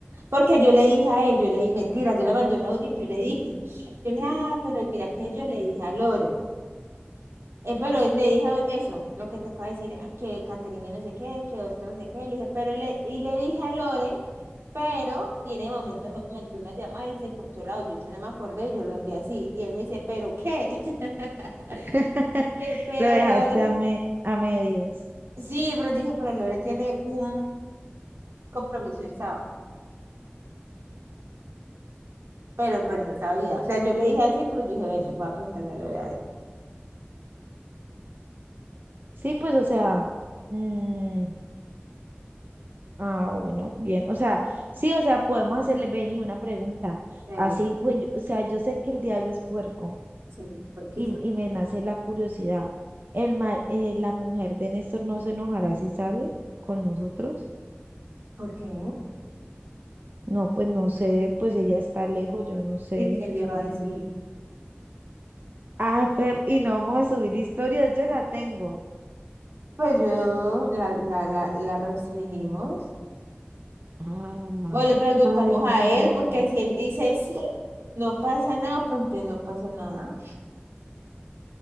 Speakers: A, on the right; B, on the right.
A: Porque yo le dije a él, yo le dije, mentira, yo le mandé un audio y yo le dije, yo le dije, ah, pero mira que yo le dije a Lore. Eh, bueno, le dije a- eso, lo que te acabo de decir, ah, que Caterina no sé qué, que Oscar no sé qué, le dije, pero le, y le dije a Lore, pero, y en el momento me entró una llamada y se cortó el audio, yo no me acordé, yo lo envié así, y él me dice, ¿pero qué? <laughs>
B: <laughs>
A: Que pero
B: lo dejaste
A: Lore.
B: a, me, a medias.
A: Sí, pero dije, pero Lore tiene un compromiso el sábado. Pero pues no sabía. O sea, yo le dije así, pero yo dije, bueno, voy a preguntarle a Lore, a ver.
B: Sí, pues, o sea, mm, ah, bueno, bien, o sea, sí, o sea, podemos hacerle, Benny, una pregunta,
A: Pregunta.
B: así, pues, yo- o sea, yo sé que el diablo es puerco
A: Sí, ¿por qué?
B: y,
A: hizo?
B: y me nace la curiosidad, el ma- eh, la mujer de Néstor no se enojará si sale con nosotros,
A: ¿Por qué?
B: no, pues, no sé, pues, ella está lejos, yo no sé,
A: ¿Y quién le va a decir?
B: ah, pero, y no vamos a subir historias, yo la tengo,
A: Pues yo la, la, la, la restringimos.
B: Ah.
A: O le preguntamos
B: ay,
A: a él,
B: no,
A: porque si él dice sí, no pasa nada, pues entonces no pasa nada.